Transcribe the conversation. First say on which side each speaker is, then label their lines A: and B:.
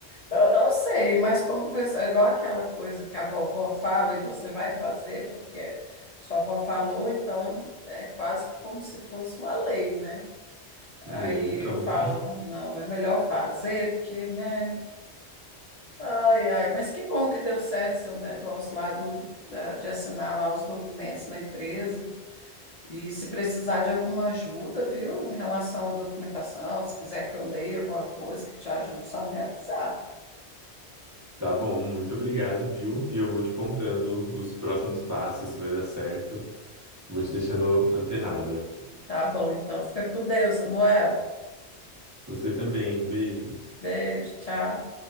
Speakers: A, on the left; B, on the right.
A: Eu não sei, mas como pessoa, é igual aquela coisa que a vovó fala e você vai fazer porque sua avó falou, então é quase como se fosse uma lei, né? Aí
B: É, então.
A: eu falo, não, é melhor fazer, porque, né? Ai, ai, mas que bom que deu certo seu negócio lá do, da- de assinar lá os documentos na empresa. E se precisar de alguma ajuda, viu, em relação à documentação, se quiser que eu leia alguma coisa que te ajude, só me avisar.
B: Tá bom, muito obrigado, viu? E eu vou te contando os próximos passos, se vai dar certo. Vou te deixando antenada.
A: Tá bom, então. Fica com Deus, Samuel.
B: Você também, beijos.
A: Beijo, tchau.